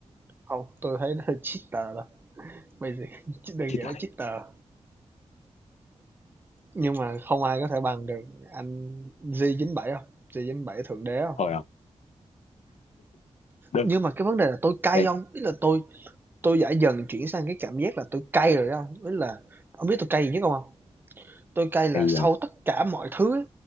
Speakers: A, on the right; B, on the left.
A: không tôi thấy nó hơi cheater thôi bây giờ <laughs> đơn
B: chia
A: giản là
B: tay
A: cheater nhưng mà không ai có thể bằng được anh J97 không J97 thượng đế không
B: thôi à đơn
A: nhưng mà cái vấn đề là tôi cay
B: đây
A: không ý là tôi tôi đã dần chuyển sang cái cảm giác là tôi cay rồi đó không ý là ông biết tôi cay gì nhất không không tôi cay là
B: bây
A: sau
B: giờ
A: tất cả mọi thứ ấy,